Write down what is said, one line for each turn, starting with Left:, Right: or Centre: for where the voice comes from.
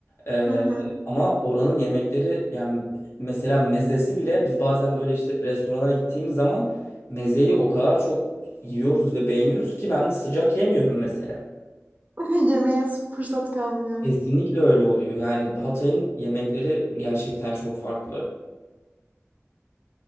Left: Ee,
Right: Hı hı.
Left: ama oranın yemekleri yani mesela mezesi bile biz bazen böyle işte restorana gittiğimiz zaman mezeyi o kadar çok yiyoruz ve beğeniyoruz ki ben sıcak yemiyorum mesela.
Right: <laughs> Yemeğe s- fırsat kalmıyor.
Left: Kesinlikle öyle oluyor. Yani Hatay'ın yemekleri gerçekten çok farklı.